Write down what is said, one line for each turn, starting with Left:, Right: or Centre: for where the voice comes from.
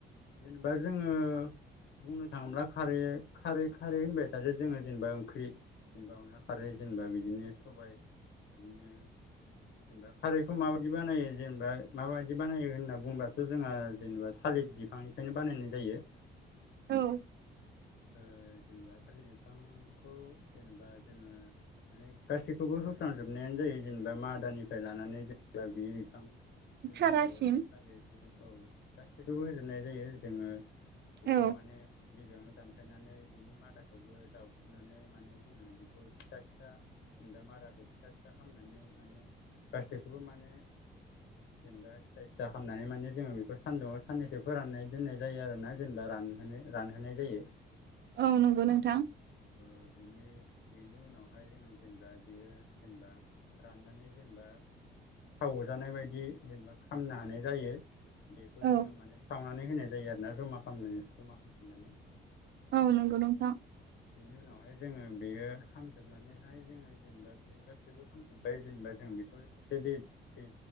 Left: जेनेबा जोङो बुंनो थाङोब्ला खारै खारै खारै होनबाय थादो जोङो जेनेबा ओंख्रि जेनेबा अनला खारै जेनबा बिदिनो सबाय बिदिनो जेनेबा खारैखौ माबायदि बानायो जेनेबा माबायदि बानायो होनना बुंबाथ' जोंहा जेनेबा थालिर बि बिफांनिफ्रायनो बानायनाय जायो।
Right: औ
Left: ओ जेनेबा थालिर बिफांखौ जेनेबा जोङो माने गासैखौबो होफ्रांजोबनायानो जायो जेनेबा मादानिफ्राय लानानै जेनेबा बियो बिफां
Right: थारासिम
Left: बिजौआव लागै औ गासैखौबो होजोबनाय जायो जोङो बेखौ
Right: औ
Left: माने गिबियावनो दान फायनानै बिनि मादाखौबो जावखुनानै माने जोङो बेखौ फिसा फिसा जेनेबा मादाखौ फिसा फिसा खालामामनानै माने गासैखौबो माने जेनेबा सिथा सिथा खालामनानै माने जोङो बेखौ सानदुंआव साननैसो फोराननाय दोननाय जायो आरोना जेनेबा रान होनो रानहोनाय जायो।
Right: औ नंगौ नोंथां।
Left: ओ बेनि बेनि उनावहाय जोङो जेनेबा बेयो जेनेबा राननानै जेनेबा सावजानाय बायदि जेनेबा खामनो हानाय जायो। बेखौ
Right: औ
Left: जोङो माने सावनानै होनाय जायो आरोना जमा खालामना जमा खालामनानै
Right: औ नोंगौ नोंथां।
Left: बेनि उनावहाय जोङो बेयो खामजोबनानैहाय जोङो जेनेबा बे गासैबो खामजोबबाय जेनेबा जों बेफोर एसे दै दै